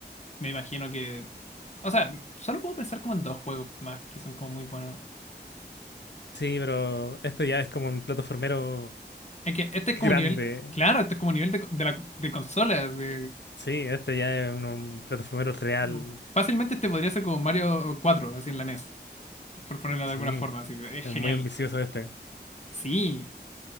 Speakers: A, on the left; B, on the left.
A: me imagino que O sea, solo puedo pensar como en dos juegos más que son como muy buenos.
B: Sí, pero este ya es como un plataformero
A: Es que este es
B: grande.
A: como nivel. Claro, este es como nivel de, co- de la, de consola. así,
B: Sí, este ya es un, un plataformero real.
A: como- fácilmente este podría ser como Mario 4 así en la NES, por ponerlo de
B: Sí,
A: alguna forma. Así, es
B: es
A: genial.
B: muy ambicioso este.
A: Sí,